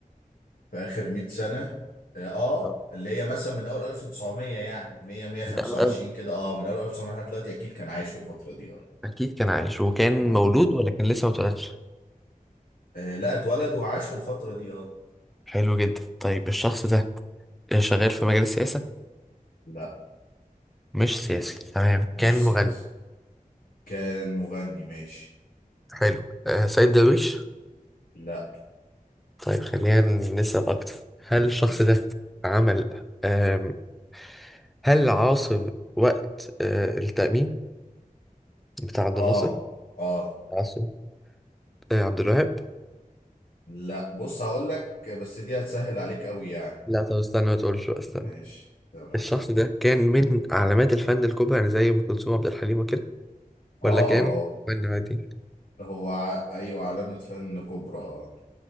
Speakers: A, on the left (about 70°); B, in the centre.
A: في اخر 100 سنه اه آه،
B: آه.
A: اللي هي مثلا من اول 1900 يعني 100 125
B: قال قال
A: كده اه من اول 1900 لحد دلوقتي اكيد كان عايش في الفتره دي اه
B: أكيد كان عايش هو كان
A: اه
B: مولود ولا كان لسه ما اتولدش
A: آه، لا اتولد وعاش في الفتره دي اه
B: حلو جدا طيب الشخص ده آه، شغال في مجال السياسة
A: لا
B: مش سياسي تمام
A: مش
B: كان
A: سياسي
B: مغني
A: كان مغني ماشي
B: حلو آه سيد درويش
A: لا
B: طيب خلينا نسأل أكتر هل الشخص
A: مم.
B: ده عمل آم، هل عاصر وقت آه التأميم بتاع عبد الناصر
A: اه اه
B: عاصر آه عبد الوهاب
A: لا بص هقول لك بس دي هتسهل عليك قوي يعني
B: لا طب استنى ما تقولش بقى استنى
A: ماشي تمام
B: الشخص ده كان من علامات الفن الكبرى يعني زي ام كلثوم عبد الحليم وكده
A: اه
B: ولا كان
A: هو
B: فن عادي
A: هو ع- ايوه علامه فن كبرى اه